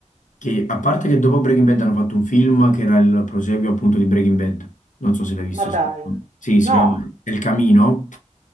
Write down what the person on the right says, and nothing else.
Ma dai,
no,